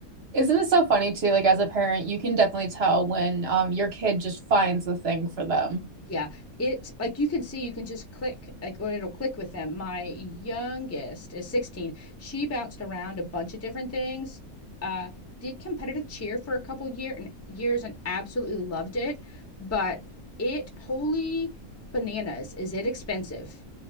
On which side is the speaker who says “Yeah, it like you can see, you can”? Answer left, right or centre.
Left